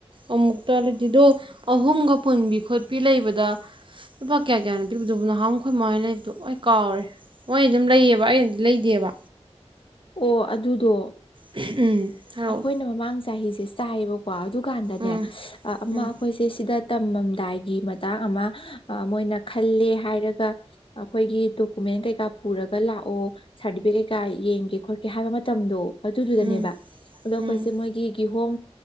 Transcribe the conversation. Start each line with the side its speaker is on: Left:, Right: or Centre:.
Right: ꯑꯃꯨꯛꯇꯂꯗꯤꯗꯣ ꯑꯍꯨꯝꯒ ꯄꯨꯟꯕꯤ ꯈꯣꯠꯄꯤ ꯂꯩꯕꯗ ꯂꯨꯄꯥ ꯀꯌꯥ ꯀꯌꯥꯅꯣ ꯄꯤꯕꯤꯗꯕ ꯅꯍꯥꯟ ꯃꯈꯩ ꯃꯃꯥꯏꯅ ꯂꯩꯕꯗꯣ ꯍ ꯀꯥꯎꯔꯦ ꯃꯣꯏ ꯑꯗꯨꯝ ꯂꯩꯌꯦꯕ ꯑꯩꯅꯗꯤ ꯂꯩꯇꯦꯕ
Left: ꯑꯣ ꯑꯗꯨꯗꯣ
Right: ꯎꯝ ꯍꯥꯏꯔꯛꯑꯣ
Left: ꯑꯩꯈꯣꯏꯅ ꯃꯃꯥꯡ ꯆꯍꯤꯁꯦ ꯆꯥꯏꯌꯦꯕꯀꯣ ꯑꯗꯨꯀꯥꯟꯗꯅꯦ
Right: ꯎꯝ
Left: ꯑꯃ
Right: ꯎꯝ
Left: ꯑꯩꯈꯣꯏꯁꯦ ꯁꯤꯗ ꯇꯝꯃꯝꯗꯥꯏꯒꯤ ꯃꯇꯥꯡ ꯑꯃ ꯃꯣꯏꯅ ꯈꯜꯂꯦ ꯍꯥꯏꯔꯒ ꯑꯩꯈꯣꯏꯒꯤ ꯗꯣꯀꯨ ꯀꯩ ꯄꯨꯔꯒ ꯂꯥꯛꯑꯣ ꯁꯥꯔꯤꯐꯤꯀꯦꯠ ꯀ ꯌꯦꯡꯒꯦ ꯈꯣꯠꯀꯦ ꯍꯥꯏꯕ ꯃꯇꯝꯗꯣ ꯑꯗꯨꯗꯨꯗꯅꯦꯕ
Right: ꯎꯝ
Left: ꯑꯗꯣ ꯑꯩꯈꯣꯏꯁꯦ
Right: ꯎꯝ
Left: ꯃꯣꯏꯒꯤ ꯀꯤꯍꯣꯝ